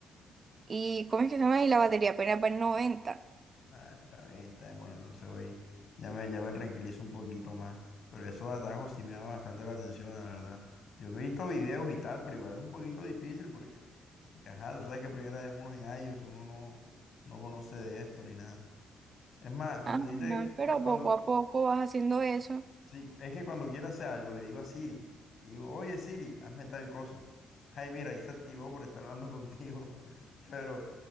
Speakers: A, on the right (about 40°); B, on the left (about 55°).
A: y ¿cómo es que se llama? Y la batería apenas va en 90.
B: Ah, está bien, está bien. Bueno, entonces hoy ya me, ya me tranquilizo un poquito más. Pero esos atajos sí me llaman bastante la atención, la verdad. Yo he visto videos y tal, pero igual es un poquito difícil porque, porque ajá, tú sabes que primera vez uno en iOS, uno no, no conoce de esto ni nada. Es más, cuando
A: Ajá,
B: hiciste,
A: pero
B: cua- cuando,
A: poco a poco vas haciendo eso.
B: Sí, es que cuando quiero hacer algo, le digo a Siri, le digo, oye Siri, hazme tal cosa. Ay, mira, ahí se activó por estar hablando contigo. <laughs> Pero,